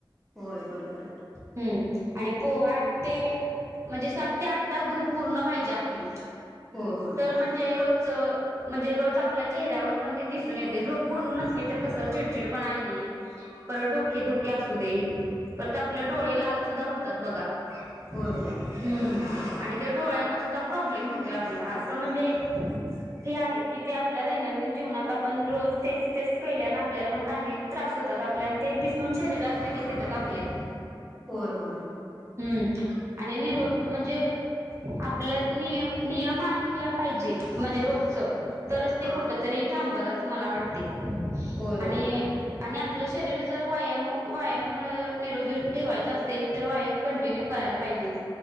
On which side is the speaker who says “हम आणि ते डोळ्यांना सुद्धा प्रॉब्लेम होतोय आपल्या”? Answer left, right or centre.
Right